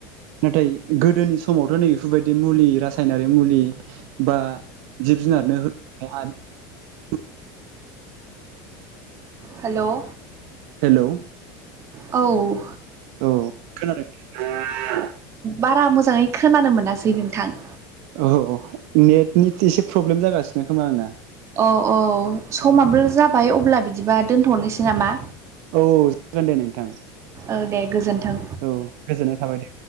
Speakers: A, on the right (about 60°); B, on the right (about 30°).
A: नाथाय गोदोनि समावथ' नै बेफोरबायदि मुलि रासायनारि मुलि बा दि जुनारनो <unintelligible>
B: हेल'
A: हेल'
B: औ
A: औ खोनादों? <inaudible>
B: बारा मोजाङै खोनानो मोनासै नोंथां।
A: औ औ नेटनि एसे प्रब्लेम जागासिनो खोमा आंना।
B: औ औ समाबो
A: औ
B: जाबाय अब्ला बिदिबा दोनथ'नोसै नामा?
A: औ जागोन दे नोंथां
B: औ दे गोजोन्थों।
A: औ गोजोननाय थाबाय दे।